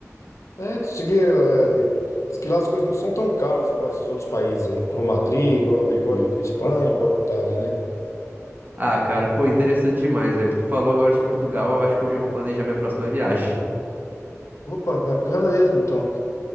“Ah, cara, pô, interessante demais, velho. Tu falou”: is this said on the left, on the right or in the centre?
Right